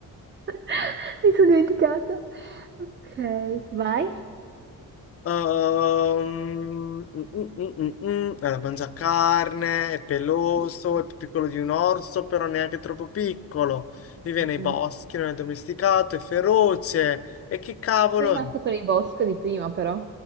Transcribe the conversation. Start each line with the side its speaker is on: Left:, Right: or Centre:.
Right: <laughs> Mi sono dimenticata. Ok, vai.
Left: Ehm, mm, mm, mm, mm. mm. Allora, mangia carne, è peloso,
Right: Mm, mm,
Left: è più piccolo di un orso, però neanche troppo piccolo. Vive
Right: mm,
Left: nei
Right: mm.
Left: boschi, non è domesticato, è feroce. E che cavolo
Right: Sei rimasto
Left: è?
Right: con il bosco di prima, però.